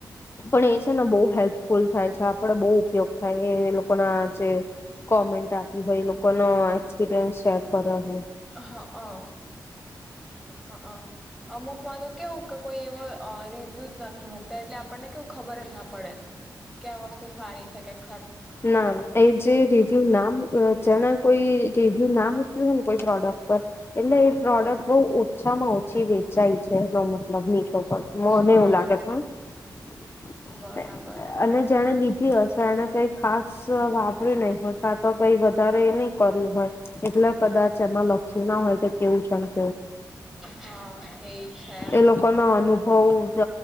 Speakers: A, on the left; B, in the centre.
A: પણ, એ છે ને બહુ હેલ્પફુલ થાય છે, આપડે બહુ ઉપયોગ કઈ એ લોકોના જે કોમેન્ટ આપી હોય, એ લોકો નો એક્સપિરિયન્સ શેર કરો.
B: હા હા હા! અમુક <inaudible> કેવું કોઈ એવો રિવ્યુ નથી મુકતા એટલે આપ- આપણને કેવ ખબર જ ના પડે કે, આ વસ્તુ સારી થ <unintelligible>
A: ના, એ જે રિવ્યુ ના જેના કોઈ રિવ્યુ ના મૂક્યું હોયને કોઈ પ્રોડક્ટ એટલે એ પ્રોડક્ટ બહુ ઓછામાં ઓછી વેચાય છે, એનો મતલબ ઈ મને
B: હા
A: એવું લાગે છે હં, <unintelligible>
B: બરાબર
A: અને જેણે લીધી હશે એને ખાસ વાપરી નહી હોતા તો કઈ વધારે, એ નહી કર્યું હોય, એટલે કદાચ એમાં શું ના હોય તો કેવું છે.?
B: હા એ છે
A: એ લોકો નો અનુભવ જ